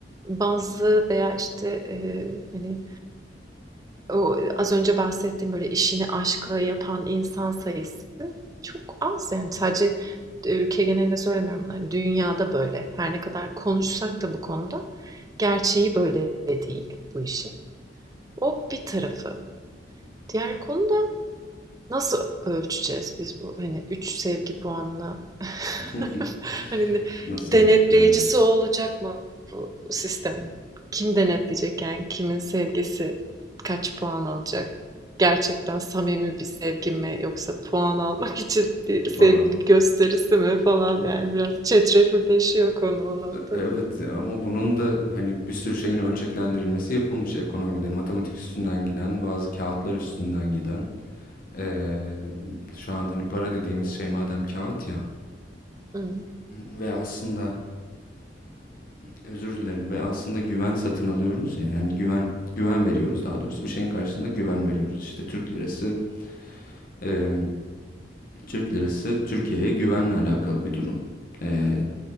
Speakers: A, on the right; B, on the left.
A: bazlı veya işte e, hani o az önce bahsettiğim böyle işini aşkla yapan insan sayısı çok az yani sadece e, ülke genelinde söylemiyorum bunu. Hani dünyada böyle her ne kadar konuşsak da bu konuda gerçeği böyle değil bu işin. O bir tarafı. Diğer konu Nasıl ölçeceğiz biz bu hani 3 sevgi puanına?
B: <laughs>
A: <laughs> Hani
B: Nasıl
A: denetleyicisi
B: ölçeklendireceğiz?
A: olacak mı bu sistemin? Kim denetleyecek yani kimin sevgisi kaç puan alacak? Gerçekten samimi bir sevgi mi yoksa puan almak için bir sevgi
B: <laughs> falan.
A: gösterisi mi falan yani biraz çetrefilleşiyor konu o noktada.
B: Evet ama bunun da hani bir sürü şeyin ölçeklendirilmesi yapılmış ekonomide. Matematik üstünden giden, bazı kağıtlar üstünden giden. Ee, şu an hani para dediğimiz şey madem kağıt ya
A: Hı
B: ve aslında özür dilerim ve aslında güven satın alıyoruz ya yani güven güven veriyoruz daha doğrusu bir şeyin karşısında güven veriyoruz işte Türk lirası e, Türk lirası Türkiye'ye güvenle alakalı bir durum. Ee,